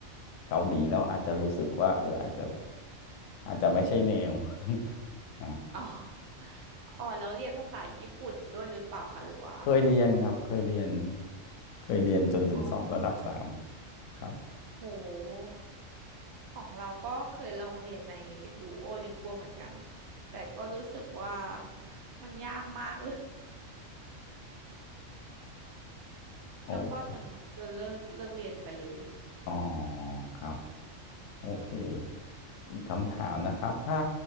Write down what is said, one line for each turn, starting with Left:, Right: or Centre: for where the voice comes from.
Left: เกาหลีเราอาจจะรู้สึกว่าเอออาจจะอาจจะไม่ใช่แนว <laughs> อ่ะ
Right: อ๋ออ๋อแล้วเรียนภาษาญี่ปุ่นด้วยหรือเปล่าคะหรือว่า
Left: เคยเรียนครับเคยเรียนเคยเรียนจนถึงสอบระดับสาม
Right: อ๋อ
Left: ครับ
Right: โหของเราก็เคยลองเรียนในดูโอลิงกัวเหมือนกันแต่ก็รู้สึกว่ามันยากมากเลย <laughs>
Left: โอเค
Right: แล้วก็จนจะเลิกเลิกเรียนไปเลย
Left: อ๋อครับโอเค อีกคำถามนะครับถ้า